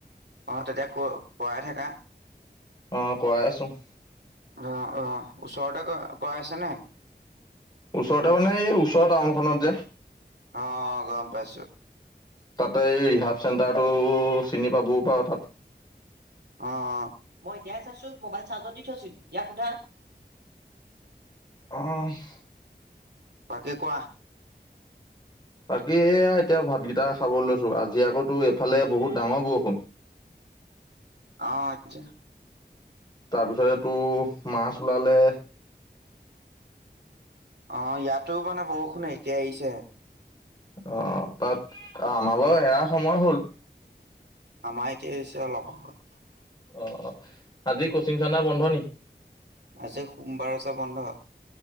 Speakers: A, on the right; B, on the left.
A: অঁ তেতিয়া কৰ- কৰাই থাকা।
B: অঁ-কৰাই আছোং।
A: অঁ ৰ'ওচৰতে ক কৰাই আছা ন'।
B: ওচৰতে মানে, এই--ওচৰৰ টাউনখন'ত যে
A: অঁ--অঁ গম পাইছো।
B: তাতে, এই ৰিহাব চেণ্টাৰটো চিনি পাবও পাৰ, তাত
A: অঁ, মই এতিয়া চাইছো, মোবাইল চাৰ্জত দি থৈছো। ইয়াক সোধা?
B: অঁ--ইছ্‌
A: বাকী কোৱা?
B: বাকী এয়া, এতিয়া ভাতকেইটা খাব লৈছো, আজি আকৌটো এইফালে বহুত ডাঙৰ বৰষুণ।
A: অঁ আচ্ছা
B: তাৰপিছতেটো মাছ ওলালে
A: অঁ ইয়াতো মানে বৰষুণ এতিয়া এয়িছেহে। <unintelligible>
B: অঁ তাত আমালৈ এয়া সময় হ'ল।
A: আমাৰ এতিয়া এয়িছে অলপ আগত।
B: অঁ অঁ আজি কোচিং চেণ্টাৰ বন্ধ নি?
A: আজি সোমবাৰ যে বন্ধ।